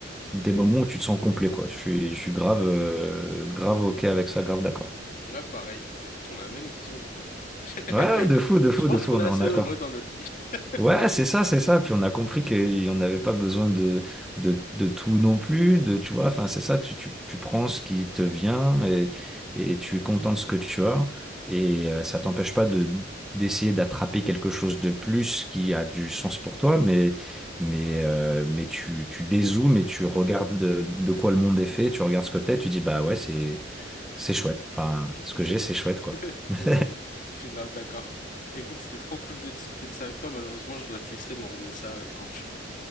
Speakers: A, in the centre; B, on the left (about 45°).
A: des moments où tu te sens complet, quoi. Je suis, je suis grave, euh, grave OK avec ça, grave d'accord.
B: Ouais, pareil. Bah écoute, on a la même vision du bonheur. <laughs>
A: Ouais, ouais, de fou, de fou,
B: Je pense
A: de fou,
B: qu'on
A: on
B: est
A: est
B: assez
A: en accord.
B: heureux dans notre vie. <laughs>
A: Ouais,
B: Du coup,
A: c'est ça, c'est ça. Puis on a compris qu'on n'avait pas besoin de, de, de tout non plus, de, tu vois, enfin, c'est ça, tu, tu, tu prends ce qui te vient et, et tu es content de ce que tu as. Et euh, ça t'empêche pas de, d'essayer d'attraper quelque chose de plus qui a du sens pour toi, mais, mais, euh, mais tu, tu dézoomes et tu regardes de, de quoi le monde est fait, tu regardes ce que t'es, tu dis, bah ouais, c'est, c'est chouette. Enfin,
B: ouais,
A: ce
B: je
A: que
B: suis
A: j'ai,
B: bien,
A: c'est chouette, quoi. <laughs>
B: de ouf. Je suis grave d'accord. Écoute, c'était trop cool de discuter de ça avec toi. Malheureusement, je dois te laisser, mais on remet ça euh, quand tu veux.